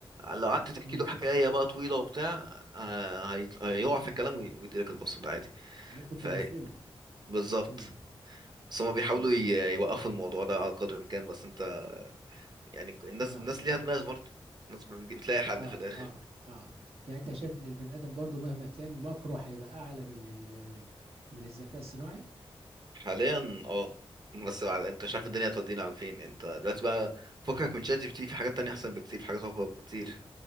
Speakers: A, on the right (about 45°); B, on the right (about 80°).
A: لو قعدت تحكي
B: امم
A: له حكايه بقى طويله وبتاع آه، هيط- هيقع في الكلام وي- ويدي لك الباسورد عادي
B: ممكن
A: ف
B: تغفله
A: بالظبط
B: امم
A: بس هما بيحاولوا
B: امم
A: ي- يوقفوا الموضوع ده على قدر الامكان بس انت يعني الناس
B: اه
A: الناس ليها دماغ برضه الناس بتجي- بتلاقي حل
B: اه
A: في الاخر
B: اه اه يعني انت شايف ان البني ادم برضو مهما كان مكره هيبقى اعلى من ال من الذكاء الصناعي
A: حاليا اه بس بعد انت مش
B: امم
A: عارف الدنيا هتودينا على فين انت دلوقتي بقى فكك من شات جي بي تي في حاجات تانية احسن بكتير في حاجات اقوى بكتير